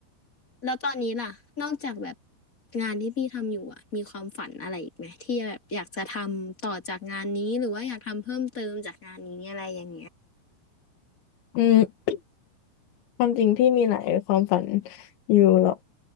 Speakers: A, on the left (about 25°); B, on the left (about 85°).
A: แล้วตอนนี้ล่ะ นอกจากแบบงานที่พี่ทำอยู่อ่ะมีความฝันอะไรอีกไหมที่แบบอยากจะทำต่อจากงานนี้หรือว่าอยากทำเพิ่มเติมจากงานนี้อะไรอย่างเงี้ย
B: อืม ความจริงพี่มีหลายความฝันอยู่หรอก